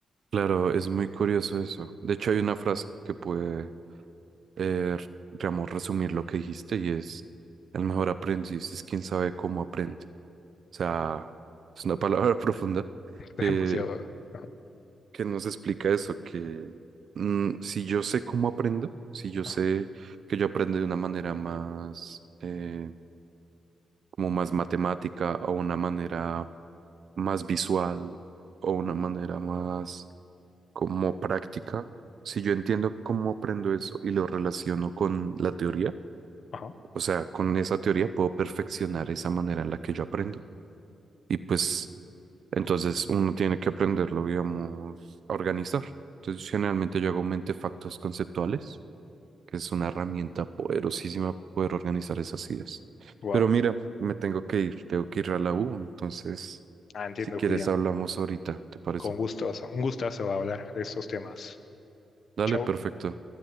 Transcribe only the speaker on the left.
<laughs>
Demasiado. Ajá,
ajá,
ajá.
Wow.
Ah, entiendo,
Julián.
Con gusto, un gustazo hablar de estos temas.
Chao.